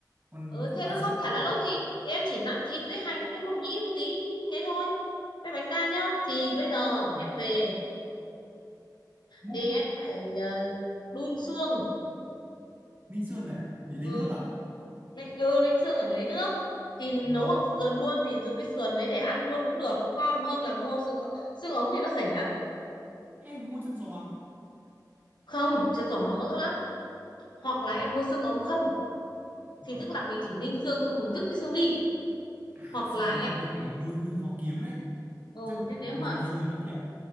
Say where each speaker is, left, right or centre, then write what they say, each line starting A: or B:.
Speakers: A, on the right; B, on the left.
A: còn
B: ừ,
A: không
B: thế
A: bán
B: nó không
A: sẵn đâu
B: chả lá lốt thì thì em chỉ nặn thịt với hành với mộc nhĩ một tí đấy thôi. Với bánh đa nhá. Thì bây giờ
A: Ừ.
B: em về
A: mua
B: thì em phải ờ, đun xương.
A: ninh xương này để lấy
B: Ừ,
A: nước à
B: đánh, ừ, đánh xương ở lấy nước. Thì nấu
A: vâng
B: bằng sườn luôn thì dùng cái sườn đấy để ăn luôn cũng được, cũng ngon hơn là mua xương Xương ống thì nó rẻ.
A: hay là mua chân giò
B: Không, chân giò nó mỡ lắm. Hoặc là
A: ừ.
B: em mua xương ống không
A: vâng
B: thì tức là mình chỉ ninh xương không mình vứt cái xương đi
A: à
B: hoặc
A: xương
B: là
A: ống
B: em
A: thì bên này hơi hơi khó kiếm đấy
B: ừ,
A: chắc
B: thế nếu
A: dùng
B: mà em
A: sườn đó chị ạ